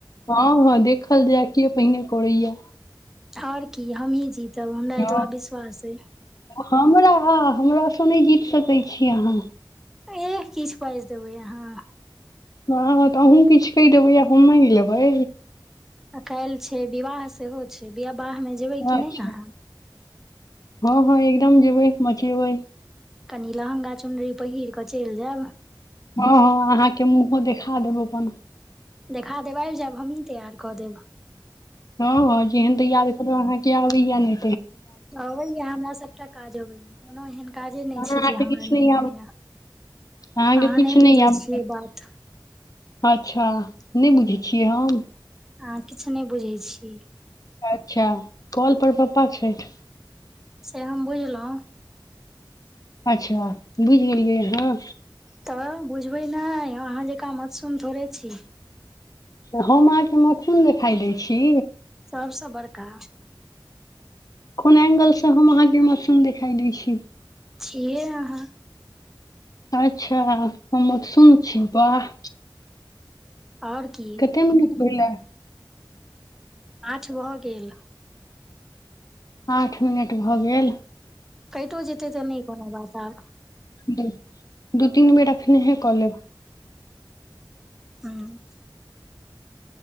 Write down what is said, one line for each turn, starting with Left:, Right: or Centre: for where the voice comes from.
Left: हँ हँ देखल जाय के पहिने करैए
Centre: आओर की हमही जीतब हमरा
Left: हँ
Centre: एतबा विश्वास अइ
Left: हमरा हमरासँ नहि जीत सकैत छी अहाँ
Centre: एह किछु पाजि देबै अहाँ
Left: हँँ तऽ अहूँ किछु कहि देबै आ हम मैन लेबै।
Centre: आ काल्हि छै विवाह सेहो छै विवाह मे। जेबै कि
Left: अच्छा,
Centre: नहि अहाँ
Left: हँ हँ एकदम जेबै मचेबै।
Centre: कनि लहँगा चुनरी पहिर कऽ चइल जायब।
Left: हँ हँ अहाँके मुँहो देखा देब अपन।
Centre: देखा देब आबि जायब हमहीं तैयार कऽ देब।
Left: हँ हँ जेहन तैयार करब अहाँके आबैया नइ।
Centre: अबैया हमरा सबटा काज अबैएा कोनो एहन- काजे नय
Left: अहाँके
Centre: छै जे हमरा
Left: किछु नहि
Centre: नय आबैया,
Left: अहाँके
Centre: अहाँ
Left: किछु
Centre: नहि बुझैछियै
Left: आबैया
Centre: बात।
Left: अच्छा, नहि बुझैछियै हम?
Centre: अहाँ किछ नहि बुझै छी।
Left: अच्छा कल पर पप्पा छैथ।
Centre: से हम बुझलहुँ।
Left: अच्छा बुझिगेलियै अहाँ।
Centre: तऽ बुझबै नय, अहाँ जेकाँ मतसून थोड़े छी।
Left: तऽ हम अहाँके मतसुन देखाइ दै छी?
Centre: सबसँ बड़का।
Left: कोन एंगलसँ हम अहाँके मतसुन देखाइ दै छी।
Centre: छीहे अहाँ।
Left: अच्छा हम मतसुन छी वाह।
Centre: आओर की।
Left: कते मिनट भेलैऽ?
Centre: आठ भऽ गेल।
Left: आठ मिनट भऽ गेल।
Centre: कैटो जेतै तऽ नहि कोना बात आब।
Left: द- दू -तीन बेर एखनेहे कऽ लेब।
Centre: हूँ। <unintelligible>